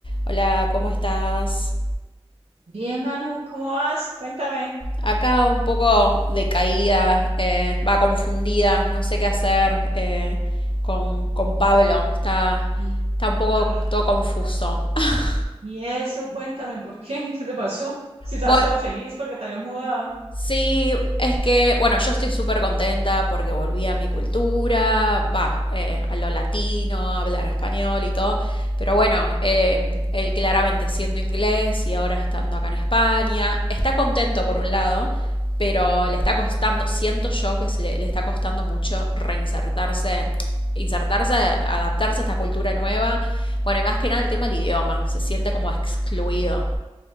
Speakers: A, on the left; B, on the right.
A: Hola, ¿cómo estás?
B: Bien, Manu, ¿cómo vas? Cuéntame.
A: Acá un poco decaída, eh, va confundida, no sé qué hacer eh, con, con Pablo. Está,
B: Y,
A: está un poco
B: ah,
A: todo confuso. <laughs>
B: y eso, cuéntame, ¿por qué? <laughs> ¿Qué te pasó? Si estabas
A: Bueno,
B: toda feliz porque te habías mudado.
A: Sí, es que, bueno, yo estoy súper contenta porque volví a mi cultura, va, eh, a lo latino, a hablar español y todo, pero bueno, eh, él claramente siendo inglés y ahora estando acá en España, está contento por un lado, pero le está costando, siento yo que se le, le está costando mucho reinsertarse, insertarse, adaptarse a esta cultura nueva, bueno, y más que nada el tema del idioma, se siente como excluido.